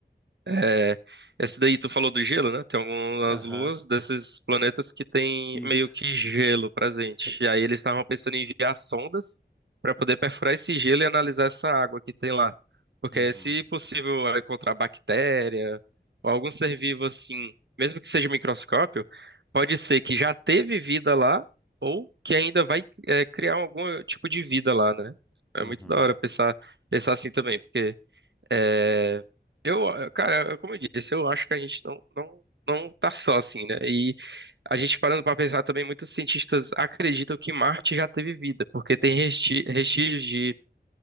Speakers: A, on the right; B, in the centre.
A: É, essa daí tu falou do gelo, né? Tem algumas
B: Aham.
A: luas desses planetas que tem
B: Isso.
A: meio que gelo presente. E aí eles estavam pensando em enviar sondas para poder perfurar esse gelo e analisar essa água que tem lá. Porque
B: Uhum.
A: se possível é encontrar bactéria ou algum ser vivo assim, mesmo que seja microscópio, pode ser que já teve vida lá ou que ainda vai é, criar algum tipo de vida lá, né? É
B: Uhum.
A: muito da hora pensar, pensar assim também, porque. É, eu, cara, como eu disse, eu acho que a gente não, não, não tá só assim, né? E a gente parando pra pensar também, muitos cientistas acreditam que Marte já teve vida, porque tem resti- vestígios de